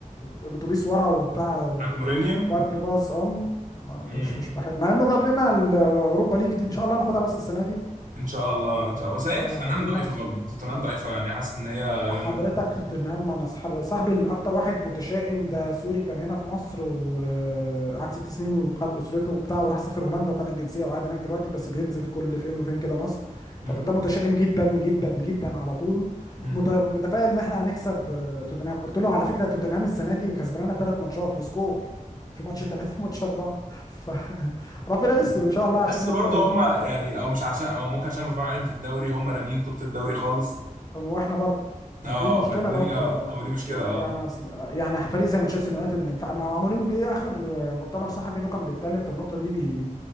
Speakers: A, on the left; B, on the right.
A: الاتوبيس ورا وبتاع
B: بتاعت مورينيو
A: مارك باص ام ما-
B: مم.
A: مش مش بحب مع انه جاب لنا الاوروبا ليج دي ان شاء الله ناخدها بس السنه دي
B: ان شاء الله ان شاء الله بس هي
A: آه،
B: توتنهام
A: عشان انا
B: ضعيفه
A: مش
B: برضه توتنهام ضعيفه يعني حاسس ان هي
A: حضرتك
B: يونايتد
A: توتنهام انا صاحبي صاحبي الاكتر واحد متشائم ده سوري كان هنا في مصر وقعد ست سنين وقعد اسرته وبتاع وراح سافر هولندا وخد الجنسيه وقاعد هناك دلوقتي بس بينزل كل فين وفين كده مصر
B: مم.
A: فده متشائم جدا جدا جدا على طول
B: مم.
A: مت- متفائل ان احنا هنكسب آه، توتنهام قلت له على فكره توتنهام السنه دي كسبانه ثلاث ماتشات وسكور في ماتش
B: مم.
A: ثلاثة وماتش أربعة فربنا <laughs> يستر إن شاء الله عشان
B: بس
A: هم
B: برضه هم يعني او مش عشان او ممكن عشان بتفرج عليهم في الدوري هم رامين توبة الدوري خالص
A: واحنا برضو ما
B: اه
A: دي المشكله
B: فالدنيا
A: برضو يعني
B: هو دي مشكله اه
A: يعني اصل يعني فريق زي مانشستر يونايتد ما ينفع ما هو اموريم جه اخر مؤتمر صحفي له كان بيتكلم في النقطه دي بي